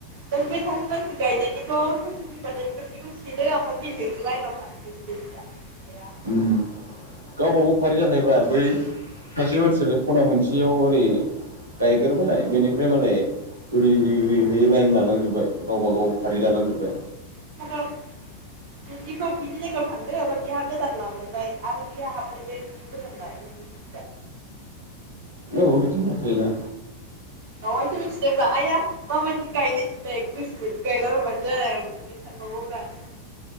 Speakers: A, on the right; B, on the right.
A: नों बे सासे मानसि गायनायनिखौ ससे फैबानो बेफोरनिखौ सेदो ओमफ्राय बेलेगनि लाइनाव थांदो। <unintelligible>
B: उम गावबागाव फारि जाखायोब्रा बै। सासे मानसियालाय खना मोनसेयाव ओरै गायग्रोबालाय बेनिफ्राय मालाय। ओरै ओरै ओरै लाइन लालांजोबबाय गावबागाव फारि लालांजोब्बाय।
A: <unintelligible> बिनिखौ बिनि जायगायाव थांदो ओमफ्राय बिहा गोदान लालायबाय आरो बिहा हाबलायबाय। <unintelligible>
B: औ बिदिनो गायखायोना।
A: दावायथ' मिसनोबा आइया माबायदि गायनाय फुनाय गोसो बायदि गायलाबाय। बानो जानाय बिखौनो सानबावोब्रा आंङो।